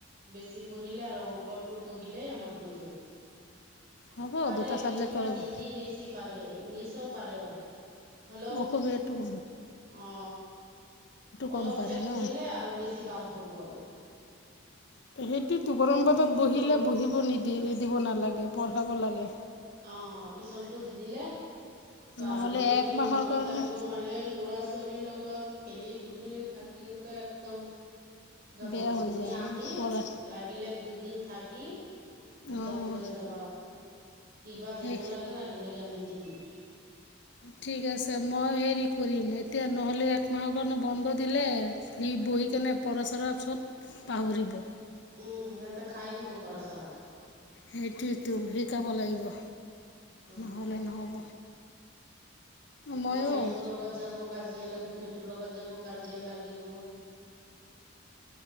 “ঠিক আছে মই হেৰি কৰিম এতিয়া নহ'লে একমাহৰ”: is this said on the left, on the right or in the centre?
Left